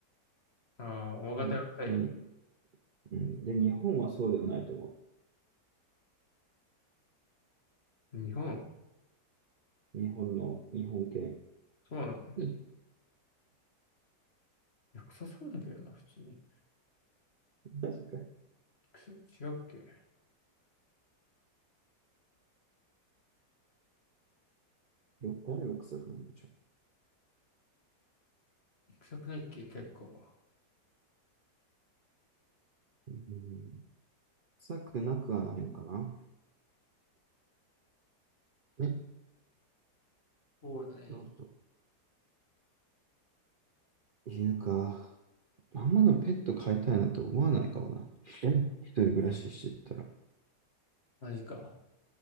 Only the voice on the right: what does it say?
本当に。うん。で、日本はそうではないと思
う。日本の、日本犬。
うん
確かに。
よ、誰が臭くないのちょ、
うん、臭くなくはないのかな。え
そうそう。犬か。あんまのペット飼いたいなと思わないかもな。うん一人暮らししてたら。